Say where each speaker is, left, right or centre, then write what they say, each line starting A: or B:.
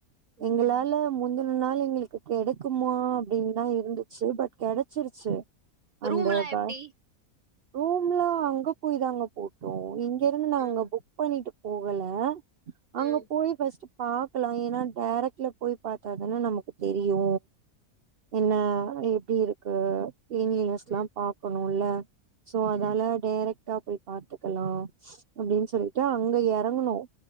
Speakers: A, on the right; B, on the right.
A: ம்
B: எங்களால முந்தின நாள் எங்களுக்கு கெடைக்குமா அப்டின் தா இருந்துச்சு பட் கிடைச்சிருச்சு அந்த
A: ரூம்லா
B: ப
A: எப்டி
B: ரூம்லா அங்க போய் தாங்க போட்டோ இங்க இருந்து நா
A: ம்
B: அங்க ஃபுக் பண்ணிட்டு போகல அங்க
A: ம்
B: போய் ஃபர்ஸ்ட் பா க்கலா ஏனா டேரக்ட்ல போய் பாத்தாதன்னே நமக்கு தெரியு என்னா எப்டி இருக்கு ஏனி க்ஸ்லா
A: ம்
B: பாக்கணுல சோ அதால
A: ம்
B: டேரக்ட் டா போய் பாத்துக்கலா அப்டின்னு சொல்லிட்டு அங்க எறங்குனோ